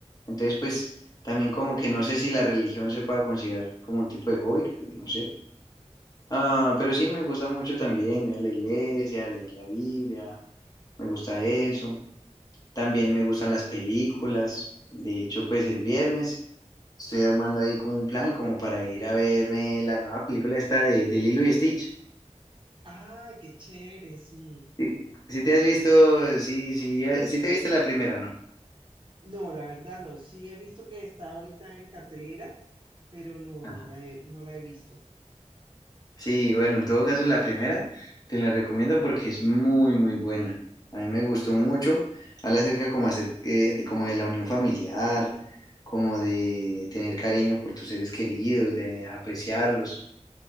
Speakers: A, on the left; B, on the right.
A: entonces pues también como que no sé si la religión se pueda considerar como un tipo de hobby, no sé. Ah, pero sí, me gusta mucho también ir a la iglesia, leer la Biblia, me gusta eso. También me gustan las películas. De hecho, pues el viernes estoy armando ahí como un plan como para ir a verme la nueva película esta de, de Lilo y Stitch.
B: Ah, qué chévere, sí.
A: Sí. Si te has visto, sí, sí, eh, sí te viste la primera o no.
B: No, la verdad no. Sí he visto que está ahorita en cartelera, pero no,
A: Ajá.
B: no la he, no la he visto.
A: Sí, bueno, en todo caso la primera te la recomiendo porque es muy, muy buena. A mí me gustó mucho. Habla acerca como, acer- eh, de, como de la unión familiar, como de tener cariño por tus seres queridos, de apreciarlos.